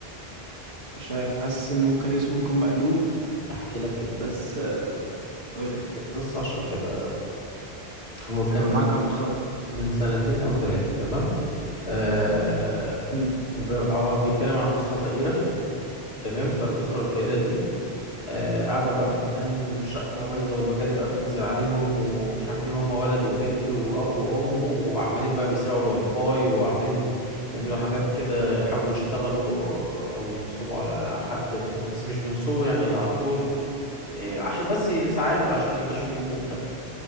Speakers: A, on the right; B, on the left.
A: مش عارف حاسس ان ممكن اسمه يكون مألوف
B: أحكي لك الفيلم
A: بس آه، قول
B: أحكي
A: لي
B: لك القصة عشان تبقى هو كان
A: هبقى معاك على الخط
B: من سنتين أو ثلاثة تمام آه
A: مم.
B: بير- هو بيتكلم عن أسرة فقيرة تمام فالأسرة الفقيرة دي آه، قاعدة بقى في مكان شقة بايظة والمجاري بقى بتنزل عليهم ومش عارف ايه هما ولد وبنت وأب وأم وعمالين بقى بيسرقوا الواي فاي وعمالين يعملوا حاجات كده يحاولوا يشتغلوا أو ينصبوا على حد بس بس مش بينصبوا يعني على طول إيه، عشان بس ساعات عشان يمشوا يومهم وبتاع مش عارف إيه